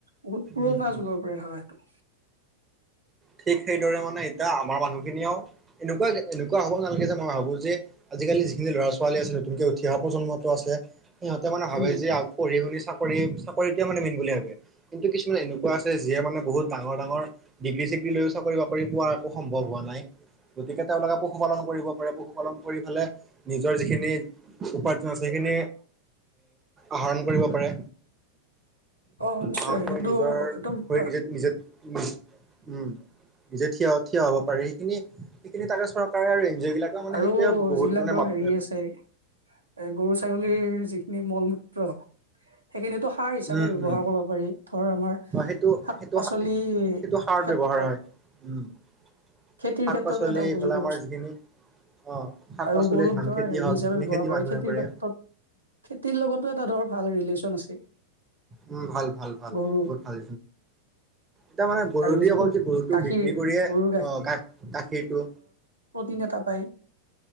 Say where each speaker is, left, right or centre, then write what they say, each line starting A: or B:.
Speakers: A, on the right; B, on the right.
A: বহুত পুৰণা
B: উম উম
A: যুগৰ পৰা হয়। <unintelligible>
B: ঠিক সেইদৰে মানে এতিয়া আমাৰ মানুহখিনিয়েও এনেকুৱা এনেকুৱা হ'ব নালাগে যে মই ভাবো যে আজিকালি যিখিনি ল'ৰা-ছোৱালী আ নতুনকৈ উঠি অহ প্ৰজন্মটো আছে সিহঁতে মানে ভাবে
A: উম।
B: যে পঢ়ি শুনি চাকৰি চাকৰিটোৱে মানে মেইন বুলি ভাবে কিন্তু কিছুমান এনেকুৱা আছে যিয়ে মান বহুত ডাঙৰ ডাঙৰ ডিগ্ৰী লৈও চাকৰি বাকৰি পোৱা একো সম্ভৱ হোৱা নাই গতিকে তেওঁলোকে পশুপালন কৰিব পাৰে পশুপালন কৰি ফালে নিজৰ যিখিনি উপাৰ্জন আছে সেইখিন আহৰণ কৰিব পাৰে।
A: অ নিশ্চয়
B: আহৰণ কৰি
A: সেইটো
B: নিজৰ
A: একদম
B: শৰীৰ
A: পুৰা
B: নিজ নিজে উ উম নিজে থিয় থিয় হ'ব পাৰে সেইখিনি সেইখিনি তাকে চৰকাৰে আৰু জি অ' বিলাকে মানে
A: আৰু
B: সেইটোৱে বহুত
A: যিবিলাক
B: মানে
A: ধৰ
B: মাত
A: হেৰি আছে এ গৰু ছাগলীৰ যিখিনি মলমূত্ৰ সেইখিনিতো সাৰ হিচাপে
B: উম
A: বব্যৱহাৰ
B: উম
A: কৰিব পাৰি ধৰ আমাৰ
B: সেইটো
A: শাক
B: সেইটো
A: পাচলি ক্ষে
B: সেইটো সাৰত ব্যৱহাৰ শাক
A: খেতিৰ ক্ষেত্ৰতো
B: পাচলি
A: এটা উপযোগী
B: এইফালে আমাৰ
A: বস্তু
B: যিখিনি অ শাক
A: আৰু
B: পাচলি
A: গৰুক
B: ধান
A: ধৰ
B: খেতি
A: হেৰি
B: হওক
A: হিচাপে
B: যিখিনি
A: ব্যৱহাৰ
B: খেতি মানুহে
A: খেতিৰ
B: কৰে
A: ক্ষেত্ৰত খেতিৰ লগতো এটা ধৰ ভাল ৰিলেশ্যন আছে
B: উম ভাল ভাল ভাল
A: গৰু
B: বহুত ভাল টাৰ মানে গৰু
A: আৰু
B: দি
A: যিটো
B: অকল যে গৰুটো
A: গাখীৰ
B: বিক্ৰী কৰিয়ে আহ
A: গৰুৰ
B: গা গাখীৰটো
A: প্ৰতিন এটা পায়